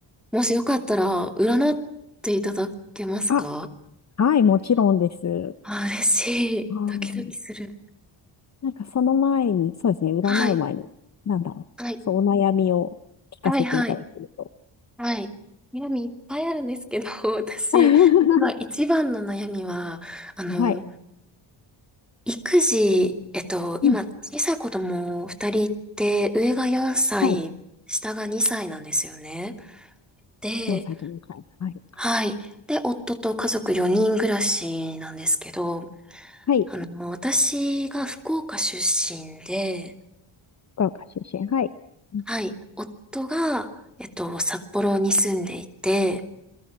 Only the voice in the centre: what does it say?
もしよかったら、占っていただけますか
あ、嬉しい。
ドキドキする。
はい、
はい、
はい、はい、はい。悩みいっぱいあるんですけど、<laughs> 私、
今一番の悩みは、あの、
育児、えっと、今、
小さい子供二人いて、上が4歳、
下が2歳なんですよね。で、
はい。で、夫と家族4人暮らしなんですけど、
あの、私が福岡出身で、
はい。夫が、えっと、札幌に住んでいて、